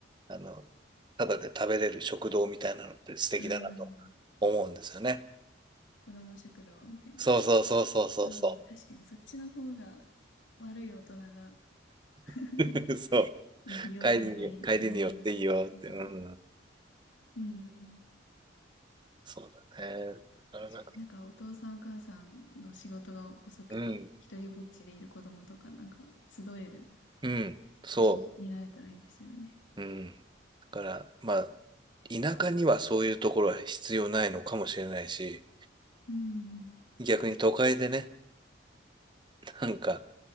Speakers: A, on the right; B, on the left.
A: あの、ただで食べれる食堂みたいなのって素敵だなと思うんですよね。
B: あ、ああ、子供食堂みたいな。
A: そうそうそうそうそうそ
B: ああ、確かにそっちの方が悪い大人が <laughs>
A: う。<laughs> そう。
B: に利用されない、
A: 帰りに、帰りに寄っていいよって。
B: 利用なされなさそうです。
A: うん。
B: うん。
A: そうだね。だからなんか、
B: 確かになんかお父さんお母さんの仕事が遅くて、
A: うん。
B: 一人ぼっちでいる子供とかなんか集える
A: うん。そう。
B: 場所になれたらいいですよね。
A: うん。だから、まあ、田舎にはそういうところは必要ないのかもしれないし、
B: うん。
A: 逆に都会でね、なんか、